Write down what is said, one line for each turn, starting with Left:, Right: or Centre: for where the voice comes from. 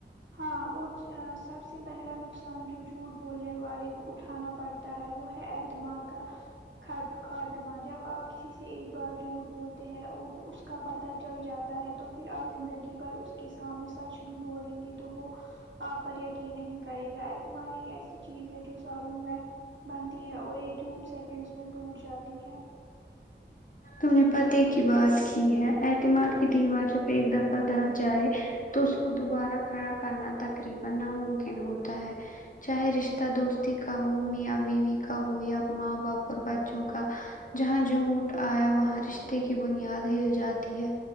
Right: ہاں اور سب سے پہلا نقصان جو جھوٹ بولنے والے اٹھانا پڑتا ہے وہ ہے اعتماد کا خاتمہ جب آپ کسی سے ایک بار جھوٹ بولتے ہیں اور اس کا پتا چل جاتا ہے تو پھر آپ زندگی بھر اس کے سامنے سچ بھی بولیں گے تو وہ آپ پر یقین نہیں کرے گا اعتماد ایک ایسی چیز ہے جو سالوں میں بنتی ہے اور ایک جھوٹ سیکنڈس میں ٹوٹ جاتی ہے
Left: تم نے پتے کی بات کی ہے اعتماد کی دیوار جب ایک دفعہ دہ جائے تو اس کو دوبارہ کھڑا کرنا تقریبا ناممکن ہوتا ہے چاہے رشتہ دوستی کا ہو میاں بیوی کا ہو یا ماں باپ اور بچوں کا جہاں جھوٹ آیا وہاں رشتے کی بنیاد ہل جاتی ہے